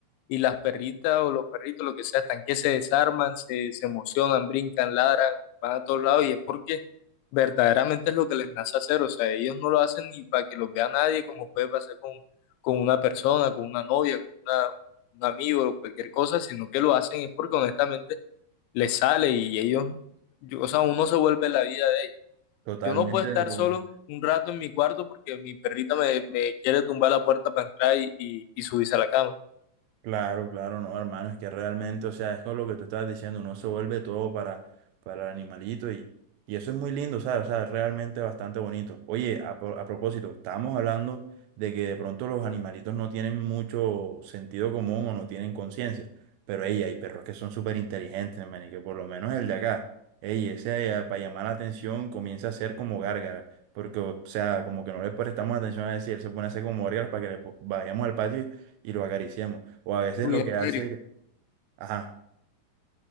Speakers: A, on the left; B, on the right.
A: y las perritas o los perritos, lo que sea, están que se desarman, se, se emocionan, brincan, ladran, van a todos lados y es porque verdaderamente es lo que les nace hacer, o sea, ellos no lo hacen ni para que los vea nadie, como puede pasar con, con una persona, con una novia, con una- un amigo o cualquier cosa, sino que lo hacen es porque honestamente les sale y ellos, yo- o sea, uno se vuelve la vida de ellos.
B: Totalmente
A: Yo no puedo estar
B: de acuerdo.
A: solo un rato en mi cuarto porque mi perrita me, me quiere tumbar la puerta para entrar y, y, y subirse a la cama.
B: Claro, claro, no, hermano, es que realmente, o sea, es con lo que tú estabas diciendo, uno se vuelve todo para, para el animalito y, y eso es muy lindo, ¿sabes? O sea, es realmente bastante bonito. Oye, a, pro- a propósito, estábamos hablando de que de pronto los animalitos no tienen mucho sentido común o no tienen conciencia, pero ey, hay perros que son súper inteligentes, man, y que por lo menos el de acá, ey, ese eh, para llamar la atención comienza a hacer como gárgara, porque, o sea, como que no le prestamos atención a decir, él se pone a hacer como gárgaras para que le po- vayamos al patio. y y lo acariciamos O a veces
A: Uy,
B: lo
A: en
B: que hace,
A: serio.
B: ajá,